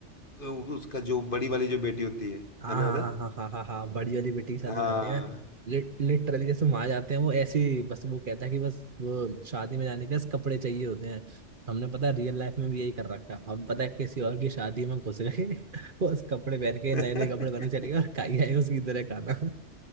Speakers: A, on the left (about 45°); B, on the right (about 45°).
A: अ, उसका जो बड़ी वाली जो बेटी होती है
B: हाँ
A: है ना
B: हाँ
A: है ना
B: हाँ हाँ हाँ हाँ हाँ, बड़ी वाली बेटी के साथ
A: हाँ
B: में जाते हैं लिट, लिटरली जैसे वहां जाते हैं वो ऐसी बस वो कहता है कि बस वो शादी में जाने के लिए कपड़े चाहिए होते हैं हमने पता है रियल लाइफ में भी यही कर रखा है। हम पता है किसी और की शादी में घुस गए <laughs> बस कपड़े पहन के नए
A: <laughs>
B: नए कपड़े पहन के चले गए और खाई आए उसकी तरह खाना